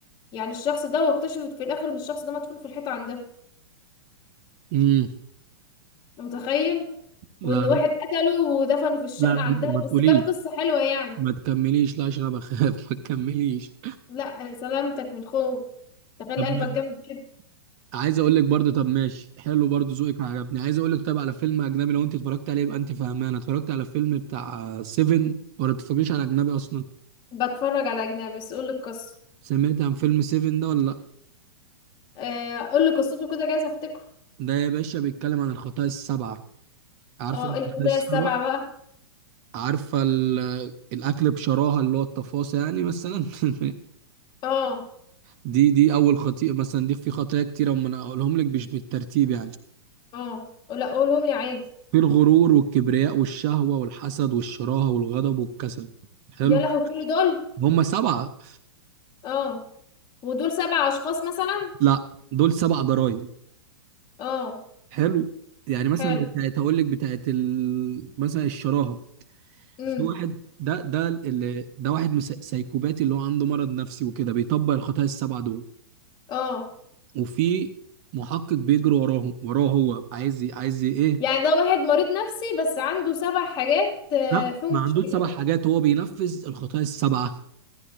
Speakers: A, on the left; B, on the right.
A: يعني الشخص ده واكتشفت في الاخر ان الشخص ده مدفون في الحيطه عندها
B: مم.
A: متخيل
B: لا
A: وان
B: لا
A: واحد قتله ودفنه في الشقه
B: لا لا،
A: عندها
B: ما تقوليش
A: بس كانت قصه حلوه يعني
B: ما تكمليش لا عشان انا بخاف <laughs> ما تكمليش
A: لا سلامتك من خوف تخيل
B: طب
A: قلبك جامد كده
B: عايز اقول لك برضه طب ماشي حلو برضه ذوقك عجبني عايز اقول لك طب على فيلم اجنبي لو انت اتفرجت عليه يبقى انت فاهمان انا اتفرجت على فيلم بتاع سيفن ولا بتتفرجيش على اجنبي اصلا
A: بتفرج على اجنبي بس قول لي القصه
B: سمعت عن فيلم سيفن ده ولا لا
A: آه قول لي قصته كده جايز افتكره
B: ده يا باشا بيتكلم عن الخطايا السبعة عارف
A: اه
B: الخطايا
A: إيه الخطايا
B: السبعة
A: السبعه بقى
B: عارفة ال- الأكل بشراهة اللي هو التفاصيل يعني مثلا <laughs>
A: اه
B: دي دي أول خطيئة مثلا دي في خطايا كتيرة أما أنا أقولهم لك مش بالترتيب يعني
A: اه لا قولهم لي عادي
B: في الغرور والكبرياء والشهوة والحسد والشراهة والغضب والكسل حلو
A: يا لهوي كل دول
B: هم سبعة
A: اه ودول سبع اشخاص مثلا
B: لا دول سبع جرائم
A: اه
B: حلو يعني مثلا
A: حلو
B: بتاعت هقول لك بتاعت ال... مثلا الشراهة
A: امم
B: في واحد ده ده اللي ده واحد مس- سايكوباتي اللي هو عنده مرض نفسي وكده بيطبق الخطايا السبعة دول
A: اه
B: وفي محقق بيجري وراه وراه هو عايز ي- عايز ي- ايه
A: يعني ده واحد مريض نفسي بس عنده سبع حاجات آه،
B: لا
A: فيهم
B: ما عندوش
A: مشكلة
B: سبع حاجات هو بينفذ الخطايا السبعه